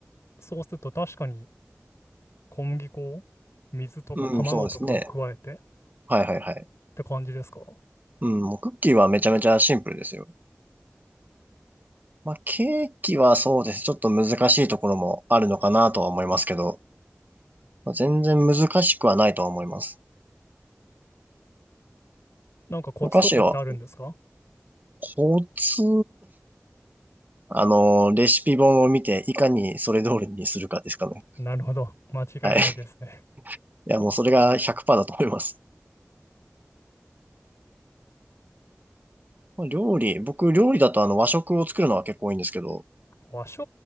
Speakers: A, on the left (about 75°); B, on the right (about 40°).
A: そうすると確かに小麦粉、水とか卵とかを加えてっ
B: うん、そうですね。はいはいはい。
A: て感じですか
B: うん、もうクッキーはめちゃめちゃシンプルですよ。まあケーキはそうです。ちょっと難しいところもあるのかなとは思いますけど、まあ全然難しくはないとは思います。
A: なんかコツとかってあるんですか
B: お菓子はコツあの、レシピ本を見て、いかにそれ通りにするかですかね。
A: なるほど。間違いないですね。
B: はい。いや、もうそれが100%だと思います。まあ料理、僕、料理だとあの、和食を作るのは結構多いんですけど、
A: 和食、